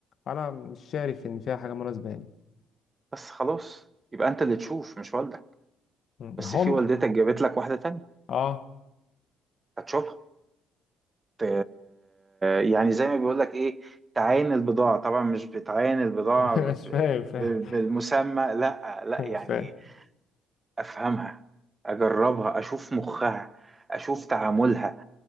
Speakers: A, on the left; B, on the right.
A: انا مش شايف ان فيها حاجه مناسبه يعني
B: بس خلاص يبقى انت اللي تشوف مش والدك
A: ما
B: بس
A: هم
B: في والدتك جابت لك واحدة تانية
A: اه
B: هتشوفها ت- يعني زي ما بيقول لك ايه تعاين البضاعة طبعا مش بتعاين البضاعة
A: <laughs> مش
B: ب-
A: فاهم فاهم
B: ب- بالمسمى لا لا
A: <laughs> مش
B: يعني
A: فاهم
B: افهمها اجربها اشوف مخها اشوف تعاملها